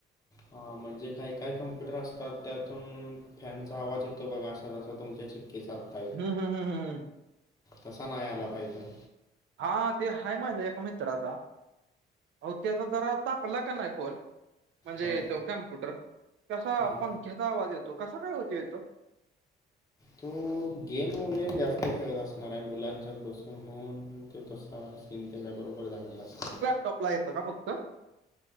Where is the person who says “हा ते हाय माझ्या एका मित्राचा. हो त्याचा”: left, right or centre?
Right